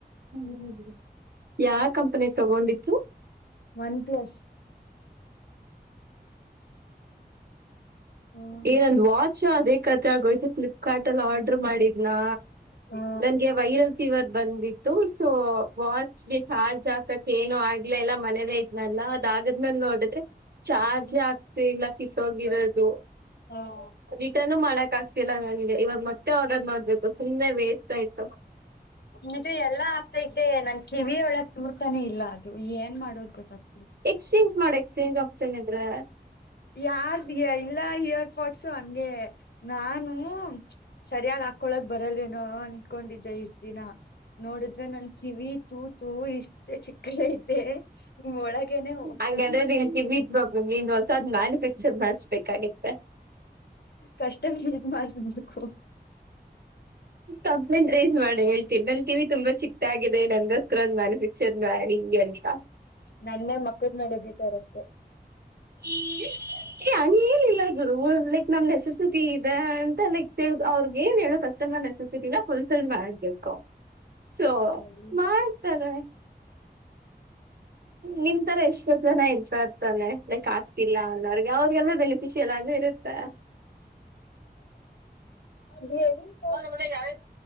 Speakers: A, on the right (about 65°); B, on the left (about 70°).
A: <unintelligible> ಯಾವ್ ಕಂಪನಿ ತಗೊಂಡಿತ್ತು
B: ಒನ್ ಪ್ಲಸ್. ಹ್ಮ್
A: ಏ ನಂದ್ ವಾ ಚ್ ಅದೇ ಕತ್ತಾಗೋಯ್ತು ಫ್ಲಿಪ್ಕಾರ್ಟ್ ಅಲ್ಲ್ ಆರ್ಡರ್ ಮಾಡಿದ್ನಾ
B: ಹಾ
A: ನನ್ಗೆ ವೈರಲ್ ಇವತ್ತ್ ಬಂದಿತ್ತು ಸೊ ವಾಚ್ಗೆ ಚಾರ್ಜ್ ಹಾಕಕ್ಕೆ ಏನೋ ಆಯ್ ಗಳೆಲ್ಲ ಮನೆಲೆ ಇದ್ವಲ ಅದ್ ಆಗದ್ಮೇಲ್ ನೋಡಿದ್ರೆ ಚಾರ್ಜಯೇ ಆಗ್ತಿಲ್ಲ ಕಿತ್ತೋಗಿರೋದು
B: ಹ್ಮ
A: ರಿಟರ್ನ್ನು ಮಾಡಕ್ ಆಗ್ತ್ ಗ್ತಿಲ್ಲ ನಂಗೆ ಇವಾಗ ಮತ್ತೆ ಆರ್ಡರ್ ಮಾಡ್ಬೇಕು ಸುಮ್ಮ್ನೆ ವೇಸ್ಟ್ ಆಯ್ತು.
B: ಮತ್ತೆ ಎಲ್ಲಾ ಆಗ್ತೈಯ್ತೆ ನನ್ ಕಿವಿಯೊಳಗ್ ತೂರ್ತಾನೆ ಇಲ್ಲ ಅದು ಏನ್ ಮಾಡೋದ್ ಗೊತ್ತಾಗ್ತ್
A: ಎಕ್ಸ್ಚೇಂಜ್ ಮಾಡ ಎಕ್ಸ್ಚೇಂಜ್ ಆಪ್ಷನ್ ಇದ್ರೆ
B: ಯಾರ್ದ್ <unintelligible> ಪೋಡ್ಸು ಹಂಗೆ ನಾನು ಸರಿಯಾಗ್ ಹಾಕೊಳಕ್ ಬರಲ್ಲೇನೋ ಅನ್ಕೊಂಡಿದ್ದೆ. ಇಷ್ಟ ದಿನ ನೋಡಿದ್ರೆ ನನ್ ಕಿವಿ ತೂತೂ ಇಷ್ಟೇ ಚಿಕ್ ಕ್ಕ ಐತೆ ಒಳಗನೆ ಹೋಗ್
A: ಹಂಗಂದ್ರೆ <unintelligible> ನೀನ್ ಹೊಸಾದ್ ಮ್ಯಾನುಫ್ಯಾಕ್ಚರ್ ಮಾಡ್ಬೇಕಾಗಿತ್ತೆ.
B: ಕಸ್ಟಮ್ <unintelligible>
A: ಕಂಪ್ಲೇಂಟ್ ರೈಸ್ ಮಾಡ್ ಹೇಳ್ತೀನ್ ನನ್ ಕಿವಿ ತುಂಬಾ ಚಿಕ್ಕ ಆ ದೆ ನಂಗೋಸ್ಕರ ಒಂದ್ ಮ್ಯಾನುಫಾಕ್ಚರ್ ಮಾಡಿ ಹಿಂಗೆ ಅಂತ
B: ನನ್ನೇ ಮೊಕದ್ ಮೇಲ್ ಉಗೀತಾರಷ್ಟೇ.
A: ಹ್ಮ ಏ ಹಂಗ ಏನಿಲ್ಲ ಗು ಲೈಕ್ ನಮ್ ನೆಸೆಸಿಟಿ ಅ ಅಂತ ಅವ್ರಗ್ ಏನ್ ಹೇಳ ಕಸ್ಟಮರ್ ನೆಸಸಿಟಿನ ಫುಲ್ಸೇಲ್ ಮಾಡ್ಬೇಕು ಸೊ
B: ಅದ್
A: ಮಾಡ್ತಾರೆ ನಿನ್ ತರ ಎಷ್ಟ ಜನ ಇರ್ತಾ ಇರ್ತಾನೆ ಲೈಕ್ ಆಗ್ತಿಲ್ಲ ಅನ್ನೋರ್ಿಗೆ ಅವಿಗೆಲ್ಲ ಶಶಲಗ ಇರುತ್ತಾ
B: ಜ ಹೇಳ
A: ಹಾ ನಮ್ಮಡಗೆ ಯಾವ